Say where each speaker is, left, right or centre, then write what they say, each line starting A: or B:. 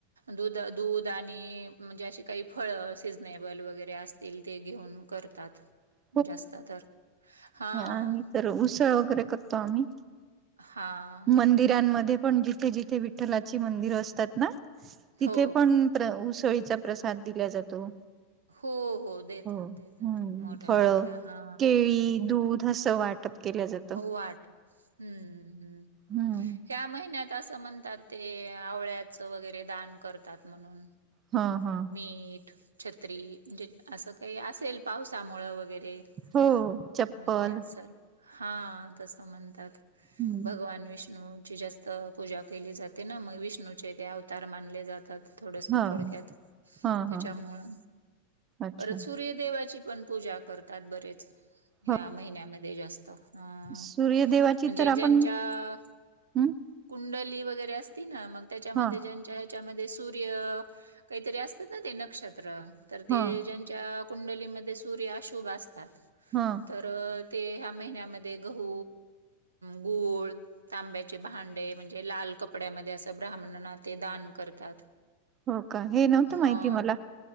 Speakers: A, on the right; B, on the right.
A: दध दूध आणि म्हणजे अशी काही फळं सिजनेबल वगैरे असतील ते घेऊन करतात
B: ह
A: जास्त तर हां
B: आणि तर उसाळ वगैरे करतो आम्ही
A: हा
B: मंदिरांमध्ये पण जिथे जिथे विठ्ठलाची मंदिरं असतात ना तिथे
A: हो
B: पण उसळीचा प्रसाद दिला जातो
A: हो हो देतात
B: हम्म
A: देतात मोठ्या
B: फळ
A: मोठ्या हा
B: केळी दूध असं वाटप केलं जातं
A: हो वाट हम्म् हम्
B: हम्म
A: ह्या महिन्यात असं म्हणतात ते आवळ्याचं वगैरे दान करतात म्हणून
B: हा हा
A: मीठ छत्री म्हणजे असं काही असेल पावसामुळं वगैरे
B: हो चप्पल
A: अ हे सल हा तसं म्हण
B: हम्म
A: भगवान विष्णूची जास्त पूजा केली जाते ना मग विष्णूचे ते अवतार मानले जातात थोडस
B: हा
A: थोडक्यात
B: हा
A: त्याच्यामुळं
B: हा अच्छा
A: परत सूर्यदेवाची पण पूजा करतात बरेच ह्या
B: हो
A: महिन्यामध्ये जास्त ह
B: सूर्यदेवाची
A: म्हणजे
B: तर आपण
A: ज्यांच्या
B: हम्म
A: कुं वर अस म त्याच्या
B: हा
A: ज स काहीत असतात नत्र
B: हा
A: जच्या कुंडलीमध्ये सूर्यशुभ असतात
B: हम
A: तर ते ह्या महिन्यामध्ये गहू गूळ तांब्याचे भांडे म्हणजे लाल कपड्यामध्ये असं ब्राह्मण ना ते दान करतात
B: हो का हे नव्हतं
A: हा
B: माहिती मला